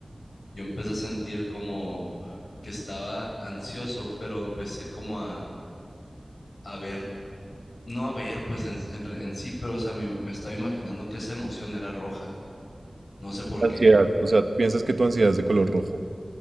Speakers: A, on the left; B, on the right.
A: yo empecé a sentir como que estaba ansioso, pero empecé como a a ver, no a ver, pues en, en re- en sí, pero o sea, me, me estaba imaginando que esa emoción era roja. No sé por
B: Ansiedad.
A: qué. Me-
B: O sea, tú piensas que tu ansiedad es de color rojo.